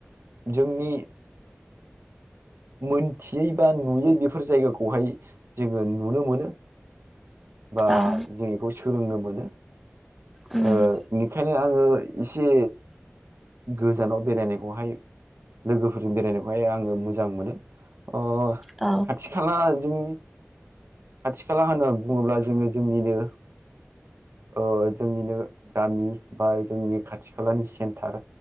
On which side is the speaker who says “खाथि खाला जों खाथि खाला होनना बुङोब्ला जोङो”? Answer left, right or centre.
Right